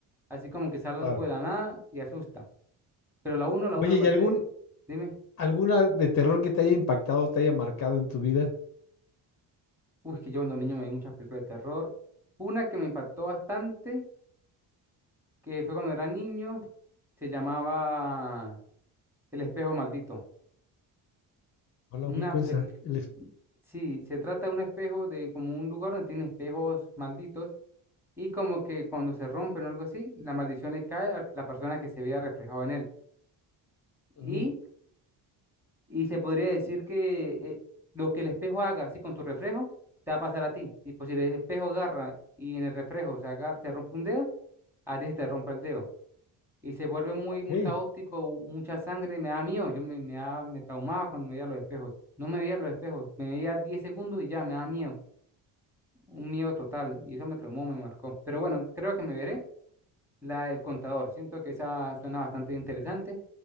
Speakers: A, in the centre; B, on the left.
A: Así como que sale
B: claro.
A: algo de la nada y asusta. Pero la uno, la
B: Oye,
A: uno me parece,
B: ¿y algún,
A: dime,
B: alguna de terror que te haya impactado, te haya marcado en tu vida?
A: uy, que yo cuando niño me vi muchas películas de terror. Una que me impactó bastante, que fue cuando era niño, se llamaba El espejo maldito.
B: No la
A: Una
B: ubico esa.
A: película.
B: El, es-
A: Sí, se trata de un espejo, de como un lugar donde tiene espejos malditos y como que cuando se rompen o algo así, la maldición le cae a la persona que se vea reflejado en él.
B: Ujú.
A: Y, y se podría decir que eh, lo que el espejo haga así con tu reflejo, te va a pasar a ti. Tipo, si el espejo agarra y en el reflejo se agarra, se rompe un dedo, a ti se te rompe el dedo. Y se vuelve muy,
B: Ok.
A: muy caótico, u- mucha sangre, me da miedo. Yo me, me, da- me traumaba cuando me veía los espejos. No me veía los espejos, me veía 10 segundos y ya me da miedo. un miedo total y eso me traumó, me marcó. Pero bueno, creo que me veré la del contador. Siento que esa suena bastante interesante,